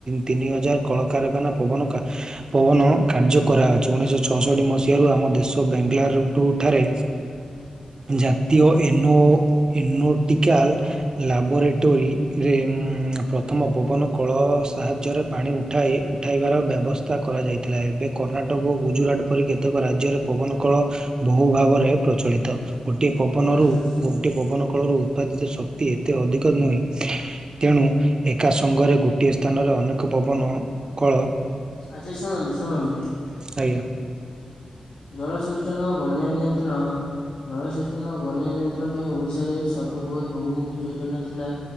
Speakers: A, on the right; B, on the left.
A: ତିନି ହଜାର କଳକାରଖାନାନ ପବନ କାର୍ଯ୍ୟ କରାଛି। ଉଣେଇଶହ ଛଅଷଠି ମସିହାରୁ ଆମ ଦେଶ ବାଙ୍ଗଲରୁୁଠାରେ ଜାତୀୟ ଏନୋ ଏନୋଟିକାଲ୍ ଲାବୋରେଟୋରିୀରେ ପ୍ରଥମ ପବନ କଳ ସାହାଯ୍ୟରେ ପାଣି ଉଠାଇ ଉଠାଇବାର ବ୍ୟବସ୍ଥା କରାଯାଇଥିଲା ଏବେ କର୍ଣ୍ଣାଟକ ଟକ ଓ ଗୁଜୁରଟ ପରି କେତେକ ରାଜ୍ୟରେ ପବନ କଳ ବହୁ ଭାବରେ ପ୍ରଚଳିତ ଗୋଟିଏ ପବନରୁ
B: ଆଜ୍ଞା
A: ଗୋଟିଏ ପବନକୁ କଳରୁ ଉତ୍ପାଦିତ ଶକ୍ତି ଏତେ ଅଧିକ ନୁହେଁ ତେଣୁ ଏକା ସଙ୍ଗରେ ଗୋଟିଏ ସ୍ଥାନରେ ଅନେକ ପବନ କଳ
B: ଆଛା ଶୁଣନ୍ତୁ ଶୁଣନ୍ତୁ
A: ଆଇନା
B: ଜଳସେଚନ ଓ ବନ୍ୟା ନିୟନ୍ତ୍ରଣ ଜଳସେଚନ ଓ ବନ୍ୟା ନିୟନ୍ତ୍ରଣ ପାଇଁ ଓଡିଶାରେ ସର୍ବବୃହତ ବହୁମୁଖୀ ଯୋଜନା ଥିଲା